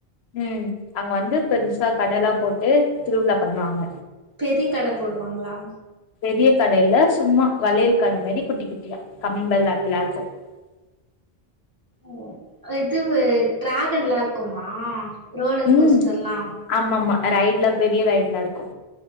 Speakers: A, on the left; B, on the right.
A: ம் அங்க வந்து பெருசா கடலா போட்டு திருவிழா பண்ணுவாங்க
B: பெரி கட போடுவாங்களா
A: பெரிய கடையில்ல சும்மா வளையல் கட மாரி குட்டி குட்டியா கம்மல் அதெல்லா இருக்கு <unintelligible>
B: ஓ இதுவு டிராகன்லா இருக்குமா ரோலர்
A: ம்
B: கோஸ்டர்ல்லா
A: ஆமா ஆமா ரைட்ல பெரிய ரைட்லா இருக்கு